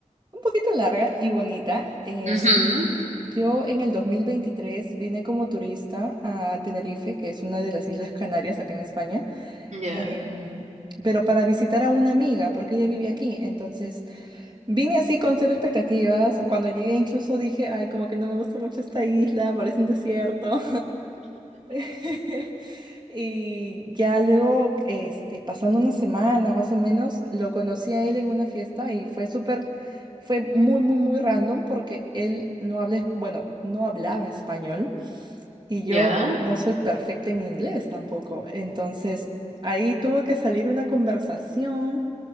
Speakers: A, on the right (about 35°); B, on the right (about 65°).
A: un poquito larga y bonita. Em,
B: Ujú,
A: yo en el 2023 vine como turista a Tenerife, que es una de las Islas Canarias acá en España.
B: Ya,
A: em, pero para visitar a una amiga, porque ella vive aquí. Entonces, vine así con cero expectativas. Cuando llegué incluso dije, ay, como que no me gusta mucho esta isla, parece un desierto. <laughs> Y ya luego, este, pasando una semana más o menos, lo conocí a él en una fiesta y fue súper, fue muy, muy, muy random porque él no habla, es- bueno, no hablaba español. Y
B: ya,
A: yo no soy perfecta en inglés tampoco. Entonces, ahí tuvo que salir una conversación